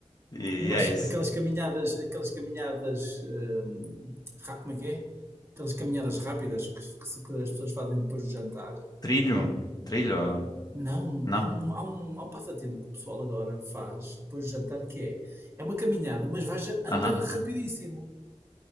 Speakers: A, on the left; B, on the right.
A: E
B: Umas,
A: é isso.
B: aquelas caminhadas, aquelas caminhadas, hum, ra- como é que é? Aquelas caminhadas rápidas que, que se- que as pessoas fazem depois do jantar.
A: Trilho? Trilho? uh,
B: Não,
A: Não.
B: há um, há um, há um passatempo que o pessoal agora faz depois do jantar que é, é uma caminhada, mas vais a
A: Aham.
B: andar rapidíssimo.